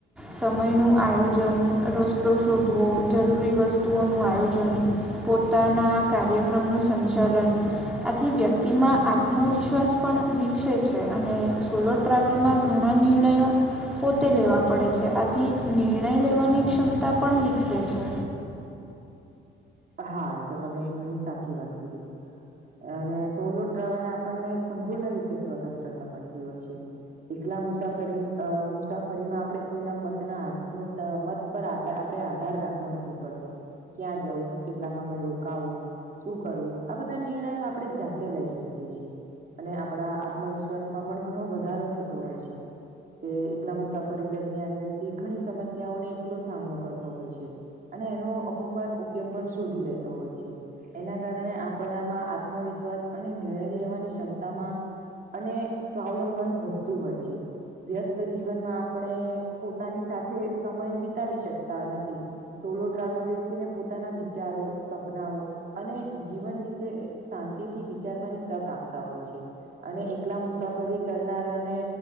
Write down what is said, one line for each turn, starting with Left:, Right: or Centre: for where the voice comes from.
Centre: સમયનું આયોજન કરવું તો શોધવો જરૂરી વસ્તુઓનું આયોજન પોતાના કાર્યક્રમ નું સંચાલન આથી વ્યક્તિમાં આત્મવિશ્વાસ પણ વિકસે છે અને સોલો ટ્રાવેલમાં ઘણા નિર્ણયો પોતે લેવા પડે છે આથી નિર્ણય લેવાની ક્ષમતા પણ વિકસે છે.
Right: હા એ તો તમે ઘણી સાચી વાત કીધી. અને સોલો ટ્રાવેલને આપણને સંપૂર્ણ રીતે સ્વતંત્રતા મળતી હોય છે. એકલા મુસાફરી અ મુસાફરીમાં આપણેે કોઈના મત ના મત પર આ આપણેે આધાર રાખવો નથી પડતો ક્યાં જવું કેટલા સમય રોકાવો શું કરવું આ બધા નિર્ણયો આપણે જાતે લઈ શકીએ છીએ. અને આપણા આત્મવિશ્વાસ માં પણ ઘણો વધારો થતો હોય છે. કે એકલા મુસાફરી દરમિયાન વ્યક્તિ ઘણી સમસ્યાઓને એકલો સામનો કરતો હોય છે. અને એનો અમુક વાર ઉકેલ પણ શોધી લેતો હોય છે. એના કારણે આપડામાં આત્મવિશ્વાસ અને નિર્ણય લેવાની ક્ષમતામાં અને શ્લંબન વધતું હોય છે. વ્યસ્ત જીવનમાં આપણે પોતાની સાથે સમય વિતાવી શકતા નથી. સોલો ટ્રાવેલ વ્યક્તિને પોતાના વિચારો સપનાઓ અને જીવન વિશે શાંતિથી વિચારવાની તક આપતા હોય છે. અને એકલા મુસાફરી કરનારાને